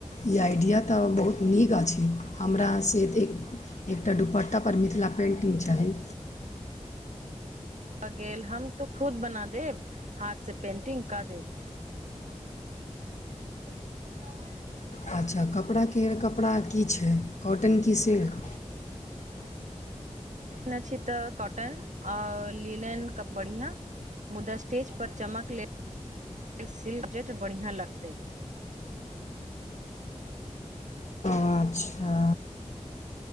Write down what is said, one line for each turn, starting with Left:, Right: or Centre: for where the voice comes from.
Left: ई आइडिया तऽ बहुत नीक अछि, हमरा से एतेक एकटा दुपट्टा पर मिथिला पेन्टिंग चाही।
Right: भ गेल, हम तो खुद बना देब, हाथ से पेंटिंग क देब। <inaudible>
Left: अच्छा! कपड़ा केर, कपड़ा की छै, कॉटन की सिल्क?
Right: न छी तऽ कॉटन, आओर लीलन कबके बढ़िआ। मुदा स्टेज पर चमक लेल, सिल्कजेट बढ़िआँ लगतै।
Left: अच्छा!